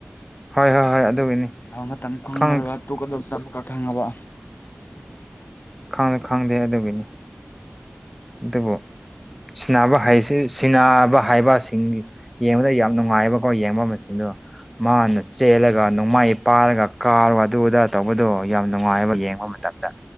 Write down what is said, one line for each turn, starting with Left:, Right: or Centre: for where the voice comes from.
Centre: ꯍꯣꯏ ꯍꯣꯏ ꯍꯣꯏ ꯑꯗꯨꯒꯤꯅꯤ
Left: ꯃꯇꯝ ꯈꯪꯒꯗꯕ
Centre: ꯈꯪ
Left: ꯇꯣꯛꯀꯗꯕꯀ ꯈꯪꯉꯕ
Centre: ꯈꯪꯗꯦ ꯈꯪꯗꯦ ꯑꯗꯨꯒꯤꯅꯤ ꯑꯗꯨꯕꯨ ꯁꯥꯟꯅꯕ ꯍꯥꯏꯁꯤ ꯁꯥꯟꯅꯕ ꯍꯥꯏꯕꯁꯤꯡꯒꯤ ꯌꯦꯡꯕꯗ ꯌꯥꯝ ꯅꯨꯡꯉꯥꯏꯑꯕꯀꯣ ꯌꯦꯡꯕ ꯃꯁꯤꯡꯗꯣ ꯃꯥꯅ ꯆꯦꯜꯂꯒ ꯅꯣꯡꯃꯥꯏ ꯄꯥꯔꯒ ꯀꯥꯔꯣ ꯑꯗꯨ ꯑꯗꯥ ꯇꯧꯕꯗꯣ ꯌꯥꯝ ꯅꯨꯡꯉꯥꯏꯕ ꯌꯦꯡꯕ ꯃꯇꯝꯗ